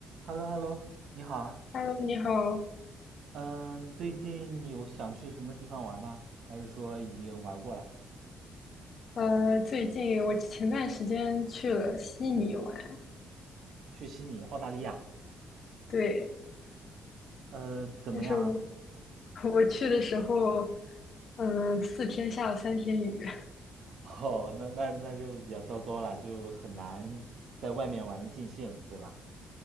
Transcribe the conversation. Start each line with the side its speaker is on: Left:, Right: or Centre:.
Right: h e l l o h e l l o 你好啊。
Left: Hello，你好。
Right: 嗯，最近有想去什么地方玩吗？还是说已经玩过了？
Left: 呃，最近我前段时间去了悉尼玩，
Right: 去悉尼，澳大利亚。
Left: 对，
Right: 呃，怎么样啊？
Left: 但是我 <laughs> 我去的时候，嗯、四天下了三天雨，
Right: <laughs> 哦，那那那就比较糟糕了，就很难在外面玩的尽兴，对吧？